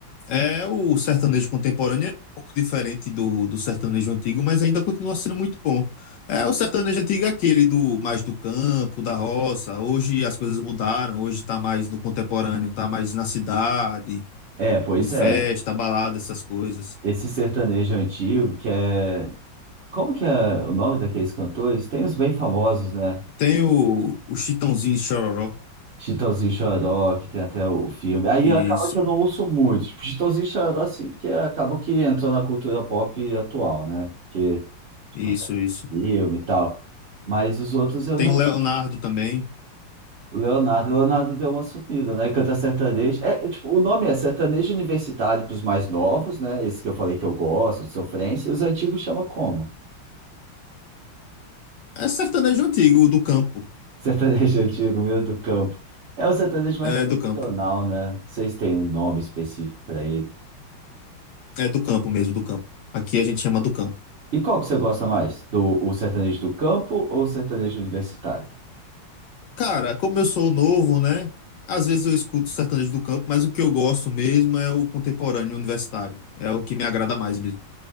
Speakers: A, on the left (about 70°); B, on the right (about 50°).
A: É o sertanejo contemporâneo é um pouco diferente do, do sertanejo antigo, mas ainda continua sendo muito bom. É o sertanejo antigo é aquele do mais do campo, da roça. Hoje as coisas mudaram, hoje tá mais no contemporâneo, tá mais na cidade,
B: É, pois
A: de festa,
B: é.
A: balada, essas coisas.
B: Esse sertanejo antigo que é. Como que é o nome daqueles cantores? Tem os bem famosos, né?
A: Tem o, o Chitãozinho e Chororó.
B: Chitãozinho e Xoró, que tem até o filme. Aí
A: Isso,
B: acaba que eu não ouço muito. Tipo, Chitãozinho e Xoró, assim, porque acaba que entrou na cultura pop atual, né? Porque, tipo,
A: isso, isso.
B: filme e tal. Mas os outros eu
A: Tem
B: não.
A: o Leonardo também.
B: Leonardo, Leonardo deu uma sumida, né? Canta sertanejo. É, tipo, o nome é sertanejo universitário para os mais novos, né? Esse que eu falei que eu gosto, de sofrência. E os antigos chama como?
A: É sertanejo antigo, do campo.
B: Sertanejo <laughs> antigo, meio do campo. É o sertanejo mais
A: É
B: tradicional,
A: do campo.
B: né? Não sei se tem um nome específico para ele.
A: É do campo mesmo, do campo. Aqui a gente chama do campo.
B: E qual que você gosta mais? Do o sertanejo do campo ou o sertanejo universitário?
A: Cara, como eu sou novo, né? Às vezes eu escuto sertanejo do campo, mas o que eu gosto mesmo é o contemporâneo universitário. É o que me agrada mais mesmo.